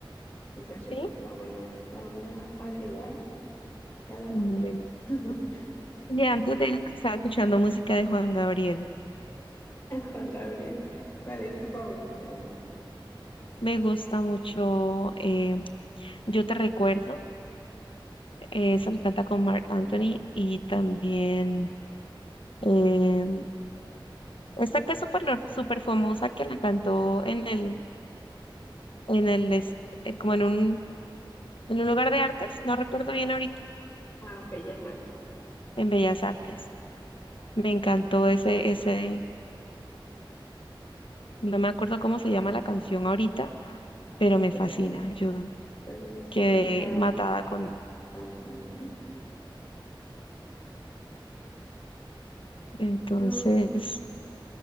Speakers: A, on the left; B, on the left.
A: entonces yo
B: Sí.
A: creo que la voy a, la voy a agregar, ya la noté
B: Un momentito.
A: <laughs>
B: Y antes de eso estaba escuchando música de Juan Gabriel.
A: Juan Gabriel, ¿cuál es tu favorita de
B: Me gusta mucho eh, Yo te recuerdo. eh, Esa lo canta con Marc Anthony y también eh, esta que es súper nor- súper famosa que la cantó en el, en el, est- eh, como en un, en un lugar de artes, no recuerdo bien ahorita,
A: ah, Bellas Artes?
B: en Bellas Artes. Me encantó ese, ese, no me acuerdo cómo se llama la canción ahorita, pero me
A: Pero,
B: fascina. Yo
A: pero es
B: quedé
A: que es con Marc
B: matada con él.
A: Anthony, ¿no?
B: Entonces,
A: Yo,